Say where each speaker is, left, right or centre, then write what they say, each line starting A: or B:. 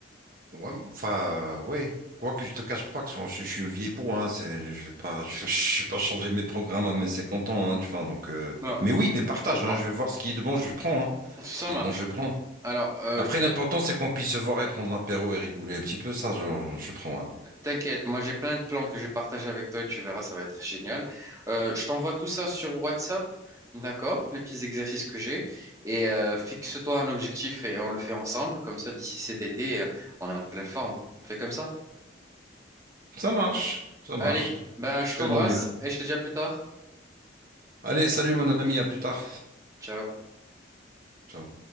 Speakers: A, on the right; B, on the right.
A: Ouais, enfin, ouais. Quoique je te cache pas que je, je suis une vieille peau, hein, c'est, je vais pas, <laughs> je, je vais pas changer mes programmes à mes 50 ans, hein, tu vois, donc, euh,
B: Bon,
A: mais oui, mais partage,
B: je comprends.
A: hein, je vais voir ce qui est de bon, je prends, hein,
B: Ça
A: ce qui
B: marche.
A: est de bon, je prends.
B: Alors, euh,
A: Après,
B: je, pré-
A: l'important, c'est qu'on puisse se voir et prendre l'apéro et rigoler un petit peu. Ça, je, je prends. hein.
B: T'inquiète, moi j'ai plein de plans que je vais partager avec toi et tu verras, ça va être génial. Euh, je t'envoie tout ça sur WhatsApp, d'accord? Les petits exercices que j'ai. Et euh, fixe-toi un objectif et on le fait ensemble. Comme ça, d'ici cet été, euh, on est en pleine forme. On fait comme ça.
A: Ça marche, ça marche.
B: Allez, ben,
A: Je
B: je
A: ferai
B: t'embrasse
A: de mon mieux.
B: et je te dis à plus tard.
A: Allez, salut mon ami, à plus tard.
B: Ciao.
A: Ciao.